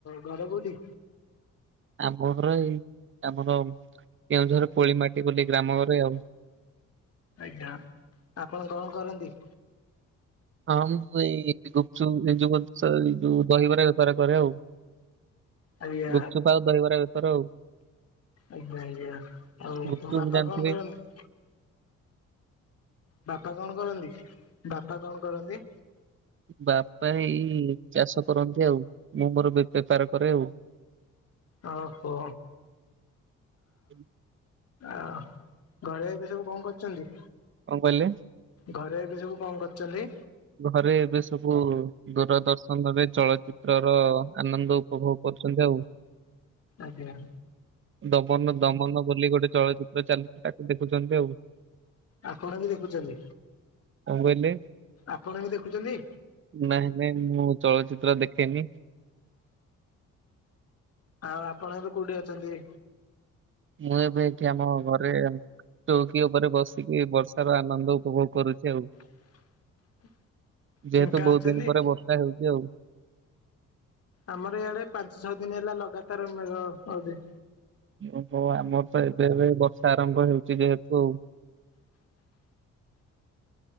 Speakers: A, on the left; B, on the right.
A: ଘର କୋଉଠି?
B: ଆମ ଘର ଏଇ ଆମର କେଉଁଝର ପୋଳି ମାଟି ବୋଲି ଗ୍ରାମ ଘରେ ଆଉ।
A: ଆଜ୍ଞା ଆପଣ କଣ କରନ୍ତି?
B: ହଁ ମୁଁ ଏଇ ଗୁପଚୁପ ଏ ଯଉ ଯୋଉ ଦହିବରା ବେପାର କରେ ଆଉ।
A: ଆଜ୍ଞା
B: ଗୁପଚୁପ ଆଉ ଦହିବରା ବେପାର ଆଉ।
A: ଆଜ୍ଞା ଆଜ୍ଞା ଆଉ
B: ଗୁପଚୁପ
A: ତମ ବାପା
B: ଜାଣିଥିବେ
A: କଣ କରନ୍ତି? ବାପା କଣ କରନ୍ତି ବାପା କଣ କରନ୍ତି?
B: ବାପା ଏଇ ଚାଷ କରନ୍ତି ଆଉ ମୁଁ ମୋର ବେ ବେପାର କରେ ଆଉ।
A: ଓହୋ।
B: ହୁଁ
A: ଆଉ ଘରେ ଏବେ ସବୁ କଣ କରୁଛନ୍ତି?
B: କଣ କହିଲେ?
A: ଘରେ ଏବେ ସବୁ କଣ କରୁଛନ୍ତି?
B: ଘରେ ଏବେ ସବୁ। ଦୂରଦର୍ଶନରେ ଚଳଚିତ୍ର ର ଆନନ୍ଦ ଉପଭୋଗ କରୁଛନ୍ତି ଆଉ।
A: ଆଜ୍ଞା।
B: ଦବନ ଦମନ ବୋଲି ଗୋଟେ ଚଳଚିତ୍ର ଚାଲିଛି ତାକୁ ଦେଖୁଛନ୍ତି ଆଉ।
A: ଆପଣ ବି ଦେଖୁଛନ୍ତି
B: କଣ କହିଲେ
A: ଆପଣ ବି ଦେଖୁଛନ୍ତି।
B: ନାଇଁ ନାଇଁ ମୁଁ ଚଳଚିତ୍ର ଦେଖେନି।
A: ଆଉ ଆପଣ ଏବେ କୋଉଠି ଅଛନ୍ତି?
B: ମୁଁ ଏବେ ଏଠି ଆମ ଘରେ। ଚୌକି ଉପରେ ବସିକି ବର୍ଷାର ଆନନ୍ଦ ଉପଭୋଗ କରୁଛି ଆଉ।
A: <unintelligible>
B: ଯେହେତୁ
A: ଫାଙ୍କା
B: ବହୁତ
A: ଅଛନ୍ତି
B: ଦିନି ପରେ ବର୍ଷା ହେଉଛି ଆଉ।
A: ଆମର ଇଆଡେ ପାଞ୍ଚ ଛଅ ଦିନି ହେଲା ଲଗାତାର ମେଘ କରିଦେଇଛି।
B: ଓହ୍ ଆମର ତ ଏବେ ଏବେ ବର୍ଷା ଆରମ୍ଭ ହେଉଛି ଯେହେତୁ ଆଉ।
A: <unintelligible>